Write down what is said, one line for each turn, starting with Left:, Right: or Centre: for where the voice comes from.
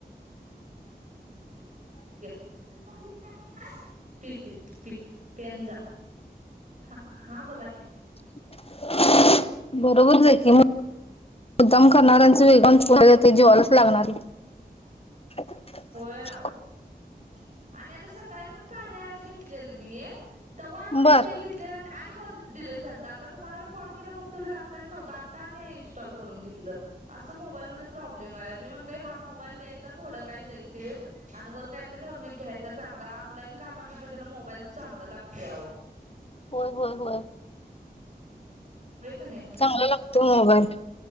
Right: ठीक आहे. <inaudible> <unintelligible> पी पी पी पी आण जा <inaudible> हा -हा बोला की, <inaudible>
Left: <inaudible> बरोबर आहे की <inaudible> मुद्दाम करणाऱ्यांच वेगळं ते जिवालाच लागणार, <inaudible>
Right: होय आहो <inaudible> आणि आता सकाळी पण कार्या अँप घेतलेलं मी हे, <inaudible> तवां
Left: बर
Right: ते घेतलेल आणि <unintelligible> डिलीट झालतं आता तुम्हाला मी कॉल केल्याव बघतोय तर आता आणि नव्हतं आता आणि इन्स्टॉल करून घेतलं असं मोबाईलमध्ये प्रॉब्लेम आल्यात, मी म्हणतोय हा मोबाईल द्यायचा थोडं काय जाईल ते आणि वर काय घ घ्यायच चांगला ऑनलाईन काम म्हटलं त्याला मोबाईल चांगला लागतोय आओ, <inaudible>
Left: होय होय होय <inaudible>
Right: होय का नाही
Left: चांगला लागतोय मोबाईल, <inaudible>